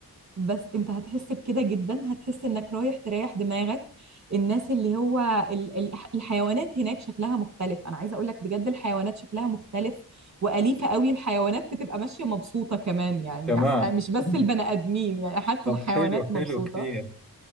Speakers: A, on the right; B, in the centre.
A: بس انت هتحس بكده جدا هتحس انك رايح تريح دماغك الناس اللي هو ال- ال- الحيوانات هناك شكلها مختلف انا عايزه اقول لك بجد الحيوانات شكلها مختلف واليفه قوي الحيوانات بتبقى ماشيه مبسوطه كمان يعني
B: كمان
A: مش بس
B: <laughs>
A: البني ادمين يعني حتى
B: طب
A: الحيوانات
B: حلو
A: مبسوطه
B: حلو كثير